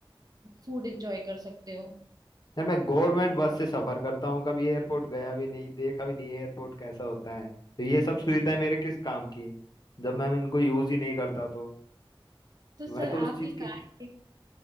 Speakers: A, on the right; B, on the left.
A: फूड एंजॉय कर सकते हो
B: यार मैं गवर्नमेंट बस से सफर करता हूँ कभी एयरपोर्ट गया भी नहीं देखा भी नहीं एयरपोर्ट कैसा होता है तो ये सब सुविधाएं मेरे किस काम की जब मैं इनको यूज ही नहीं करता तो
A: तो
B: मैं
A: सर
B: तो उस
A: आप
B: चीज
A: ये
B: के
A: कार्ड